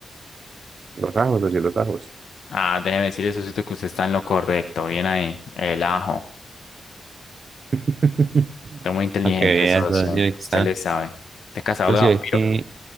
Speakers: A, on the right; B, on the left.
A: Los ajos, socio, los ajos.
B: Ah, déjeme decirle, Sosito, que usted está en lo correcto. Bien ahí. El ajo.
A: <laughs>
B: Está muy inteligente,
A: Para que veas,
B: socio.
A: socio, que está.
B: Usted le sabe. Usted es cazador
A: Socio,
B: de vampiros.
A: es que,